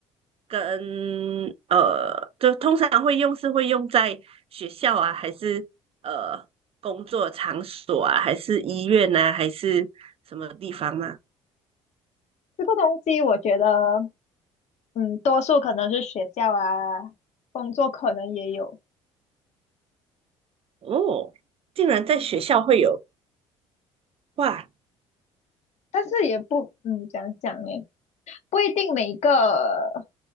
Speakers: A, on the right; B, on the left.
A: 跟呃，就通常会用是会用在学校啊，还是呃工作场所啊，还是医院啊，还是什么地方吗？
B: 这个东西我觉得，嗯，多数可能是学校啊，工作可能也有，
A: 哦，竟然在学校会有，哇，
B: 但是也不，嗯，怎样讲呢，不一定每一个。